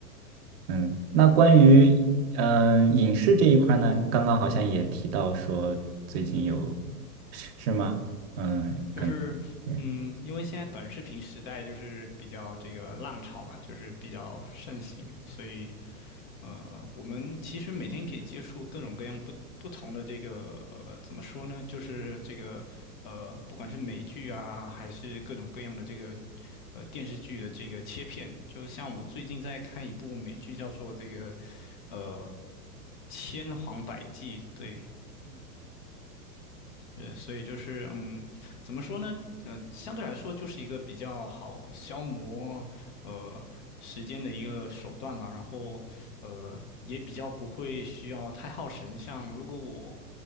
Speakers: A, on the right (about 40°); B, on the left (about 35°).
A: 嗯。那关于嗯、影视这一块呢，你刚刚好像也提到说最近有是吗？
B: 嗯，
A: 嗯，
B: 就是，
A: 可能嗯
B: 嗯，因为现在短视频时代就是比较这个浪潮嘛，就是比较盛行，所以，呃，我们其实每天可以接触各种各样不不同的这个，呃，怎么说呢？就是这个，呃，不管是美剧啊，还是各种各样的这个，呃，电视剧的这个切片，就像我最近在看一部美剧，叫做这个，呃，《千谎百计》，对，呃，所以就是嗯，怎么说呢？呃，相对来说就是一个比较好消磨呃时间的一个手段吧。然后呃，也比较不会需要太耗神。像如果我